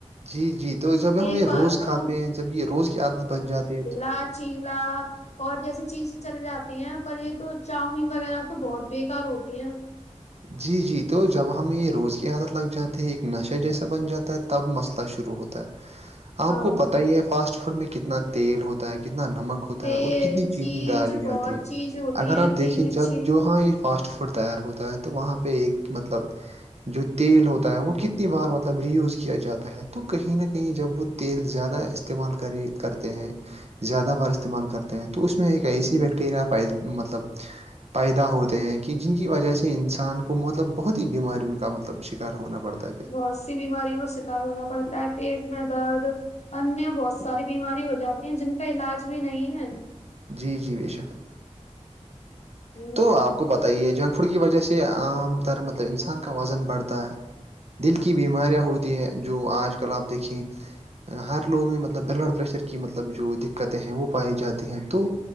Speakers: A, on the right; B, on the left.
A: جی جی تو جب ہم
B: ایک
A: یہ
B: بار
A: روز
B: کو
A: کھاتے ہیں جب یہ روز کی عادت بن جاتی ہے تو
B: کاچیلا <inaudible> اور جیسی چیز چل جاتی ہیں پر یہ تو چاؤمین وغیرہ تو بہت بیکار ہوتی ہے
A: جی جی تو جب ہم یہ روز کی عادت لگ جاتے ہے ایک نشہ جیسا بن جاتا ہے تب مسئلہ شروع ہوتا ہے آپ
B: ہاں
A: کو پتا ہی ہے فاسٹ فوڈ میں کتنا تیل ہوتا ہے کتنا نمک ہوتا ہوتا
B: تیل
A: ہے اور کتنی چینین
B: چیز
A: ڈالی جاتی
B: بہت
A: ہے
B: چیز ہوتی
A: اگر
B: ہیں
A: آپ
B: اتنی
A: دیکھیں
B: مرچی
A: جب جو ہاں یہ فاسٹ فوڈ تیار ہوتا ہے تو وہاں پہ ایک مطلب جو تیل ہوتا ہے وہ کتنی بار مطلب رییوز کیا جاتا ہے تو کہیں نہ کہیں جب وہ تیل زیادہ استعمال کری کرتے ہیں زیادہ بار استعمال کرتے ہیں تو اس میں ایک ایسی بیکٹیریا پ مطلب پیدا ہوتے ہیں کہ جن کی وجہ سے انسان انسان کو مطلب بہت ہی بیماریوں کا مطلب شکار ہونا پڑتا ہے پھر
B: بہت سی بیماریوں کا شکار ہونا پڑتا ہے پیٹ میں درد انیہ بہت ساری بیماری ہو جاتی ہیں جن کا علاج بھی نہیں ہے
A: جی جی بشک
B: ہ
A: تو آپ کو پت ہی ہے جنک فوڈ کی وجہ سے عام تر مطلب انسان کا وزن بڑھتا ہے دل کی بیماریاں ہوتی ہیں جو آج کل آپ دیکھیں ہر لوگ میں مطلب بلڈ پریشر کی مطلب جو دقتیں ہیں وہ پائی جاتی ہیں تو